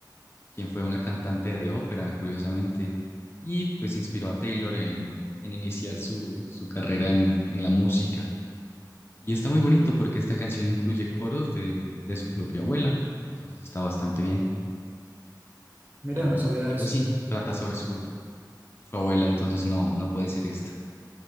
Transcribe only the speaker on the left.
quien fue una cantante de ópera, curiosamente, y pues inspiró a Taylor en, en iniciar su, su carrera en, en la música. Y está muy bonito porque esta canción incluye coros de, de su propia abuela, entonces está bastante bien.
Y,
y
pues sí, trata sobre su, su abuela, entonces no, no puede ser esto.